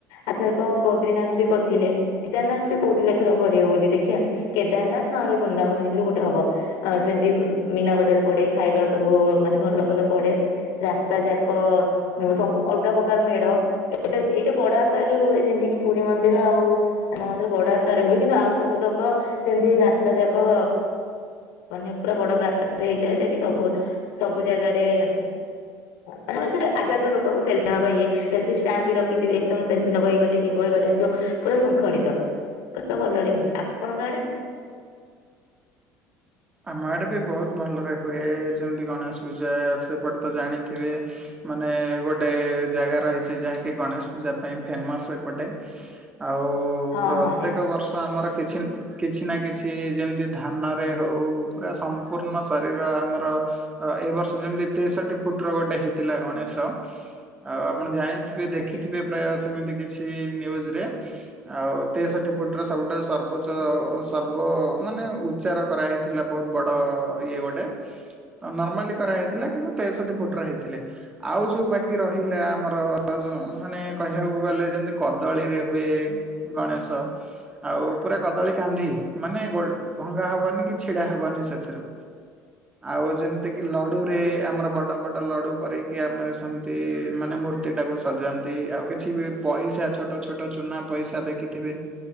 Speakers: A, on the left; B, on the right.
A: ଆରଥରକ ବଦ୍ରିନାଥ ବି କରିଥିଲେ, କେଦାରନାଥ ବି କହୁଥିଲେ ଏଥରକ କରିବେ ବୋଲି। ଦେଖିଆ କେଦାରନାଥ ନହେଲେ ବୃନ୍ଦାବନ ଭିତରୁ ଗୋଟେ ହବ। ଅ ସେମିତି ମୀନା ବଜାର ପଡେ, ଖାଇବା ସବୁ ମାନେ ଭଲ ଭଲ ପଡେ, ରାସ୍ତା ଯାକ ସବୁ ଅଲଗା ପ୍ରକାର ମେଢ। ଏଇଟା ଏଇଟା ବଡ ଆକାରରେ ହୁଏ ଯେମତିକିି ପୁରୀ ମନ୍ଦିର ଆଉ ଆମ ମନ୍ଦିର ବଡ ଆକାରରେ ହୁଏ କିନ୍ତୁ ଆଉ ସବୁତକ ସେମତି ରାସ୍ତା ଯାକ ମାନେ ପୁରା ବଡ ଗାତଟେ ହେଇଥାଏ, ସେଠି ସବୁ ସବୁ ଜାଗାରେ ମାନେ ଆଜିକାଲି ତ ଲୋକ ସେଲ୍ଫି ନବା ପାଇଁ ଇଏ। ସେଲ୍ଫି ଷ୍ଟାଣ୍ଡ ବି ରଖିଥିବେ ତମେ ସେଲଫି ନବ ଏଇ ବାଟେ, ଯିବ ଏଇ ବାଟେ, ଆସିବ ପୁରା ଶୃଙ୍ଖଳିତ, ପୁରା ଭଲରେ ହୁଏ। ଆପଣଙ୍କ ଆଡେ?
B: ଆମ ଆଡ଼େ ବି ବହୁତ ଭଲରେ ହୁଏ। ଯେମିତି ଗଣେଶ ପୂଜା ସେପଟେ ତ ଜାଣିଥିବେ ମାନେ ଗୋଟେ ଜାଗା ରହିଛି, ଯାହାକି ଗଣେଶ ପୂଜା ପାଇଁ ଫେମସ ଏପଟେ। ଆଉ
A: ହଁ
B: ପ୍ରତ୍ୟେକ
A: ହଁ ଜାଣିଛି
B: ବର୍ଷ ଆମର କିଛି ନ କିଛି ନା କିଛି ଯେମତି ଧାନରେ ହେଉ, ପୁରା ସମ୍ପୂର୍ଣ୍ଣ ଶରୀର ଆମର ଏଇ ବର୍ଷ ଯେମିତି ତେଷଠି ଫୁଟର ଗୋଟେ ହେଇଥିଲା ଗଣେଶ। ଆଉ ଆପଣ ଜାଣିଥି ଥିବେ, ଦେଖିଥିବେ,
A: ଆଛା
B: ପ୍ରାୟ ସେମିତି କିଛି ନ୍ୟୁଜରେ ଆଉ ତେଷଠି ଫୁଟର ସବୁଟା ସର୍ବୋଚ୍ଚ ସର୍ବ ମାନେ ଉଚ୍ଚାର କରାହେଇଥିଲା ବହୁତ ବଡ ଇଏ ଗୋଟେ। ନର୍ମାଲି କରାହେଇଥିଲା କିନ୍ତୁ ତେଷଠି ଫୁଟର ହେଇଥିଲେ। ଆଉ ଯୋଉ ବାକି ରହିଲା ଆମର ଯୋଉ ମାନେ କହିଆକୁ ଗଲେ ଯେମିତି କଦଳୀରେ ହୁଏ ଗଣେଶ। ଆଉ ପୁରା କଦଳୀ କାନ୍ଧି, ମାନେ ଗୋ ଭଙ୍ଗା ହବନି କି ଛିଡା ହବନି ସେଥିରୁ।
A: ହ
B: ଆଉ ଯେମତିକି ଲଡ଼ୁରେ, ଆମର ବଡ଼ ବଡ଼ ଲଡ଼ୁ କରେଇକି ଆମର ସେମତି ମାନେ ମୂର୍ତ୍ତିଟାକୁ ସଜାନ୍ତି, ଆଉ କିଛି ବି ପଇସା ଛୋଟ ଛୋଟ ଚୁନା ପଇସା ଦେଖିଥିବେ